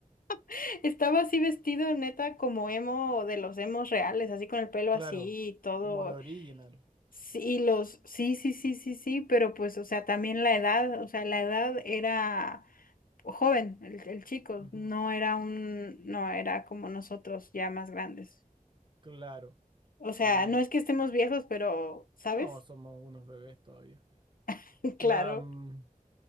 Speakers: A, on the left; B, on the right.
A: <laughs> Estaba así vestido, neta, como emo de los emos reales, así con el pelo
B: claro,
A: así y todo
B: como de original.
A: Sí, los, sí, sí, sí, sí, sí, pero pues, o sea, también la edad, o sea, la edad era joven, el, el chico,
B: Ujú,
A: no era un, no era como nosotros ya más grandes.
B: claro,
A: O
B: sí,
A: sea, no es que estemos viejos, pero, ¿sabes?
B: no, somos unos bebés todavía.
A: <laughs>
B: La,
A: Claro.
B: mm,